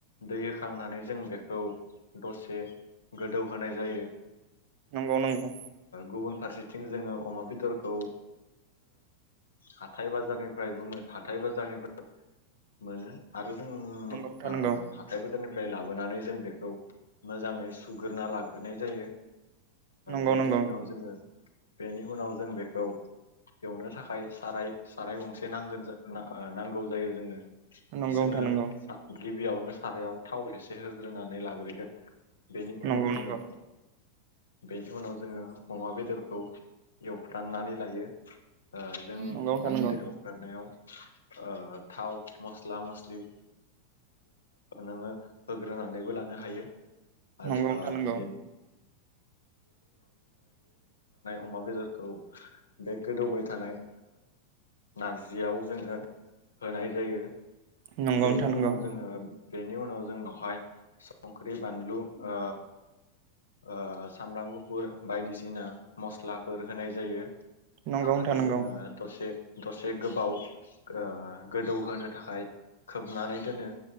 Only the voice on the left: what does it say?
दै होखांनानै जों बेखौ दसे गोदौहोनाय जायो
गुबुन फारसेथिं जोङो अमा बेदरखौ हाथाय बाजारनिफ्रायबो हाथाय बाजारनिफ्राय मोनो आरो जों
ओ
हाथाय बाजारनि फ्राय लाबोनानै जों बेखौ मोजाङै सुग्रोना लाग्रोनाय जायो
बेनि
उनाव जोङो बेनि उनाव जों बेखौ एवनो थाखाय साराय साराय गंसे नांगोन ओ नांगौ जायो जोंनो
जोङो
सा- गिबियावनो सारायाव थाव एसे होग्रोनानै लाग्रोगोन बेनि उनाव
जोङो
बेनि उनाव जोङो अमा बेदरखौ एवफ्रामनानै लायो जों
अमा
बेदर एवफ्रामनायाव ओ थाव मस्ला मसलि नोङो होग्रोनानैबो लानो हायो आरो
बे <inaudible> बे गोदौबाय थानाय नारजियाव जोङो होनाय जायो।
बेनि
उनाव जोङो बेनि उनाव जों बावहाय संख्रि बानलु ओ ओ सामब्राम गुफुर बायदिसिना मस्लाफोर होनाय जायो।
आरो
जोङो दसे दसे गोबाव ओ गोदौहोनो थाखाय खोबनानै दोनो